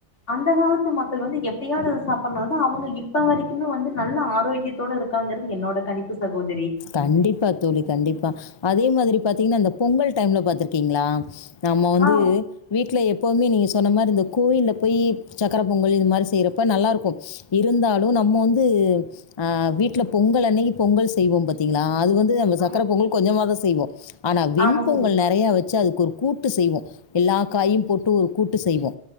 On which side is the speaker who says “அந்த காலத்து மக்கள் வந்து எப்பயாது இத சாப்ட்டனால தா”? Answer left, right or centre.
Left